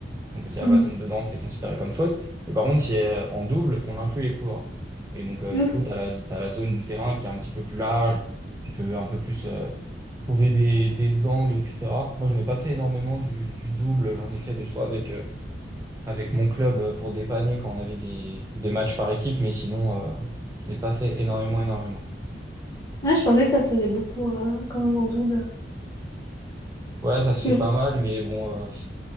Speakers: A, on the right; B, on the left.
A: donc si la
B: Mm.
A: balle tombe dedans, c'est considéré comme faute, mais par contre, si euh, en double, on inclut les couloirs. Et donc, euh,
B: Ok.
A: du coup, tu as la, t'as la zone du terrain qui est un petit peu plus large, qui peut un peu plus. euh, trouver des, des angles, etc. Moi, j'en ai pas fait énormément du, du double. J'en ai fait des fois avec, euh, avec mon club euh, pour dépanner quand on avait des, des matchs par équipe, mais sinon, euh, je n'ai pas fait énormément, énormément.
B: Ouais, je pensais que ça se faisait beaucoup euh, quand même en double.
A: Ouais, ça
B: Parce
A: se
B: que...
A: fait pas mal, mais bon, euh,